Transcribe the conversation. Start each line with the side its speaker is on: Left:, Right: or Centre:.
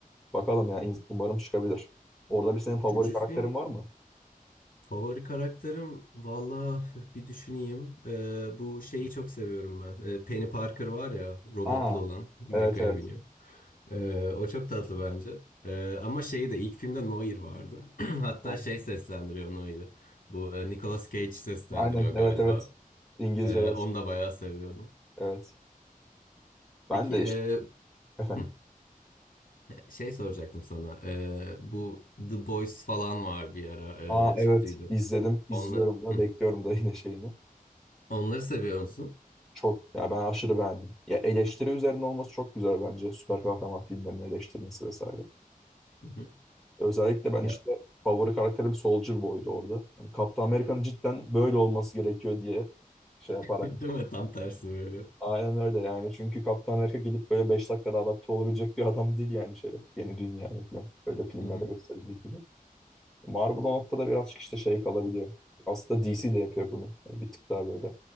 Centre: Bakalım ya in- umarım çıkabilir. Orada bir senin
Left: Üçüncü
Centre: favori karakterin
Left: film
Centre: var mı?
Left: Favori karakterim valla <laughs> bir düşüneyim. Ee, bu şeyi çok seviyorum ben. Ee, Penny Parker var ya robotlu
Centre: Aa
Left: olan mekaya
Centre: evet evet.
Left: biniyor. Ee, o çok tatlı bence. Ee, ama şeyi de ilk filmde Noir vardı. <clears throat> Hatta
Centre: Tamam.
Left: şey seslendiriyor Noir'i. Bu e, Nicolas Cage seslendiriyor
Centre: Aynen
Left: galiba.
Centre: evet evet. İngilizce
Left: Ee,
Centre: versiyonu.
Left: onu da bayağı seviyordum.
Centre: Evet. Evet. Ben
Left: Peki
Centre: de
Left: e,
Centre: işte efendim.
Left: hı, şey soracaktım sana. Ee, bu The Boys falan var bir ara
Centre: Aa
Left: e,
Centre: evet
Left: çıktıydı.
Centre: izledim. izliyorum
Left: Onlar,
Centre: da
Left: hı.
Centre: bekliyorum da yine şeyini.
Left: Onları seviyor musun?
Centre: Çok ya ben aşırı beğendim. Ya eleştiri üzerine olması çok güzel bence. Süper kahraman filmlerinin eleştirmesi vesaire.
Left: Hı hı.
Centre: Özellikle ben
Left: Ya
Centre: işte favori karakterim Soldier Boy'du orada. Yani Kaptan Amerika'nın cidden böyle olması gerekiyor diye şey yaparak.
Left: <laughs> Değil mi? Tam tersi böyle.
Centre: Aynen öyle yani. Çünkü Kaptan Amerika gidip böyle 5 dakikada adapte olabilecek bir adam değil yani şeye. Yeni dünyaya falan. Böyle filmlerde
Left: Hı hı,
Centre: gösterildiği gibi. Marvel o noktada birazcık işte şey kalabiliyor. Aslında DC de yapıyor bunu. Yani bir tık daha böyle